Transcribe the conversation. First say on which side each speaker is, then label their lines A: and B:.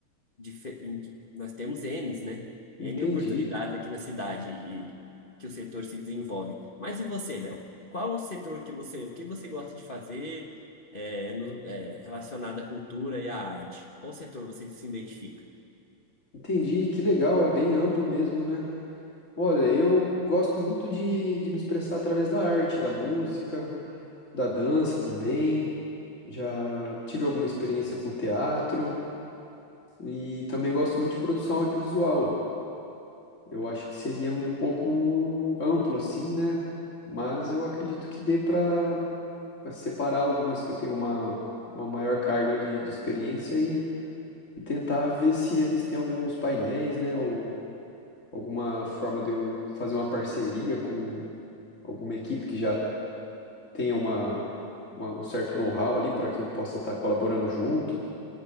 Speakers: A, on the left; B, on the left.
A: dife- em- nós temos Ns, né?
B: Entendi.
A: N oportunidades aqui na cidade e que o setor se desenvolve. Mas e você, Léo? Qual o setor que você, o que você gosta de fazer é, no- é, relacionado à cultura e à arte? Qual setor você se identifica?
B: Entendi, que legal, é bem amplo mesmo, né? Olha, eu gosto muito de, de me expressar através da arte, da música, da dança também. Já tive alguma experiência com teatro e também gosto muito de produção audiovisual. Eu acho que seria um pouco amplo assim, né? Mas eu acredito que dê para separar algumas que eu tenho uma, uma maior carga de, de experiência e, e tentar ver se existem alguns painéis, né? Ou alguma forma de eu fazer uma parceria com alguma equipe que já tenha uma, uma- um certo know-how ali para que eu possa estar colaborando junto,